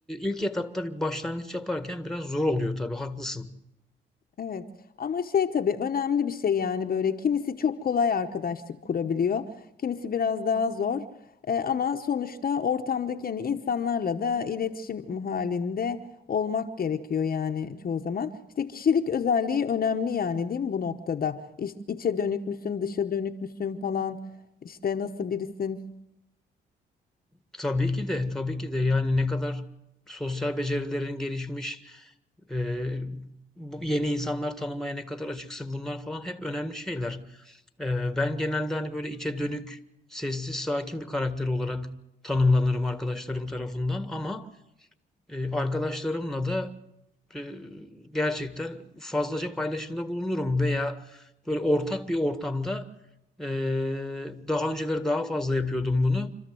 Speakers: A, in the centre; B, on the left.
A: ilk etapta bir başlangıç yaparken biraz zor oluyor tabii haklısın.
B: Evet ama şey tabii önemli bir şey yani böyle kimisi çok kolay arkadaşlık kurabiliyor kimisi biraz daha zor E, ama sonuçta ortamdaki yani insanlarla da iletişim halinde olmak gerekiyor yani çoğu zaman. İşte kişilik özelliği önemli yani değil mi bu noktada? İç, içe dönük müsün dışa dönük müsün falan işte nasıl birisin?
A: Tabii ki de, tabii ki de. Yani ne kadar sosyal becerilerin gelişmiş, e, bu yeni insanlar tanımaya ne kadar açıksın bunlar falan hep önemli şeyler. E, ben genelde hani böyle içe dönük, sessiz, sakin bir karakter olarak tanımlanırım arkadaşlarım tarafından ama e, arkadaşlarımla da e, gerçekten fazlaca paylaşımda bulunurum veya böyle ortak bir ortamda e, daha önceleri daha fazla yapıyordum bunu